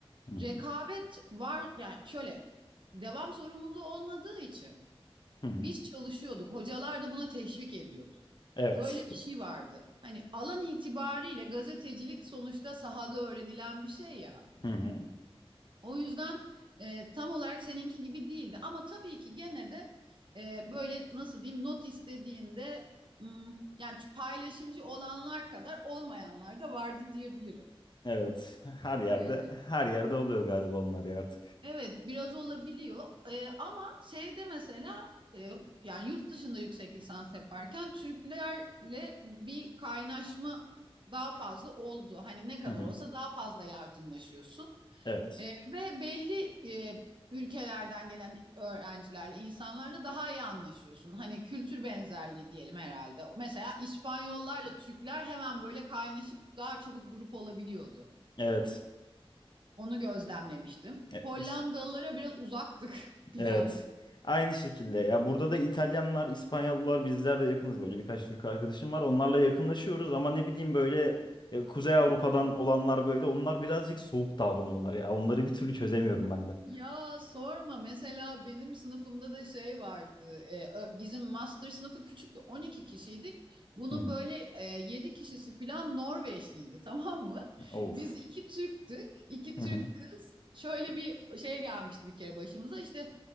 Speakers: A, on the left; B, on the right.
A: hı hı.
B: Rekabet var yani şöyle devam zorunluluğu olmadığı için
A: hı hı.
B: biz çalışıyorduk. Hocalar da buna teşvik ediyordu.
A: Evet.
B: Öyle bir şey vardı. Hani alan itibariyle gazetecilik sonuçta sahada öğrenilen bir şey ya.
A: Hı hı.
B: O yüzden e, tam olarak seninki gibi değildi. Ama tabii ki gene de e, böyle nasıl diyeyim not istediğinde hmm, yani paylaşımcı olanlar kadar olmayanlar da vardı diyebilirim.
A: Evet. Her yerde
B: E,
A: her yerde oluyor galiba onlar ya artık.
B: Evet, biraz olabiliyor. Ee, ama şeyde mesela e, yani yurt dışında yüksek lisans yaparken Türklerle bir kaynaşma daha fazla oldu. Hani ne kadar
A: Hı hı.
B: olsa daha fazla yardımlaşıyorsun.
A: Evet.
B: Ee, ve belli e, ülkelerden gelen öğrencilerle, insanlarla daha iyi anlaşıyorsun. Hani kültür benzerliği diyelim herhalde. Mesela İspanyollarla Türkler hemen böyle kaynaşıp daha çabuk grup olabiliyordu.
A: Evet.
B: Onu gözlemlemiştim.
A: E,
B: Hollandalılara
A: iş-
B: biraz uzaktık <laughs> yani.
A: Evet. Aynı şekilde. Ya burada da İtalyanlar, İspanyollar bizler de yakınız böyle. Birkaç Türk arkadaşım var. Onlarla yakınlaşıyoruz ama ne bileyim böyle e, Kuzey Avrupa'dan olanlar böyle. Onlar birazcık soğuk davranıyorlar ya. Onları bir türlü çözemiyorum ben de.
B: Ya sorma mesela benim sınıfımda da şey vardı e, ö- bizim master sınıfı küçüktü 12 kişiydik bunun
A: Hı hı.
B: böyle e, 7 kişisi filan Norveçliydi <laughs> tamam mı?
A: Of.
B: Biz iki Türktük iki Türk
A: Hı hı.
B: kız şöyle bir şey gelmişti bir kere başımıza işte